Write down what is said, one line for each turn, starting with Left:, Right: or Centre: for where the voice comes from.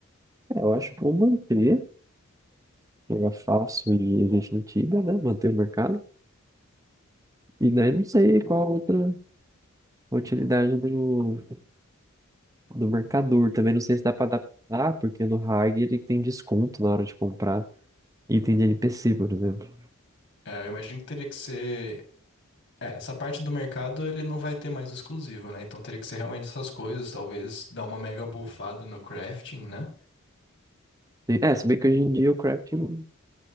Right: É, eu acho que vou manter, que é fácil e existe no Tibia, né? Manter o mercado. E daí não sei qual outra. a utilidade do, do mercador. Também não sei se dá para adaptar, porque no Hag ele tem desconto na hora de comprar item de NPC, por exemplo.
Left: É, eu imagino que teria que ser. É, essa parte do mercado ele não vai ter mais exclusivo, né? Então teria que ser realmente essas coisas, talvez dar uma mega bufada no crafting, né?
Right: E- É, se bem que hoje em dia o craft não,